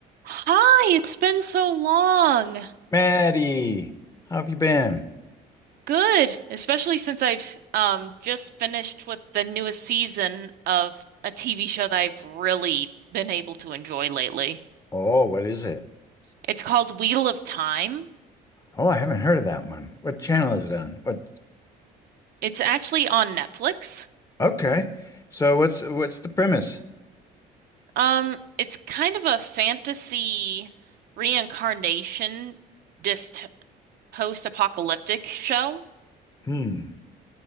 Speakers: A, on the right; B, on the left.
A: Hi, it's been so long.
B: Maddie, how have you been?
A: Good, especially since I've um just finished with the newest season of a TV show that I've really been able to enjoy lately.
B: Oh, what is it?
A: It's called Wheel of Time.
B: Oh, I haven't heard of that one. What channel is it on? What?
A: It's actually on Netflix.
B: Okay. So what's what's the premise?
A: Um, it's kind of a fantasy reincarnation dyst post-apocalyptic show,
B: Hmm.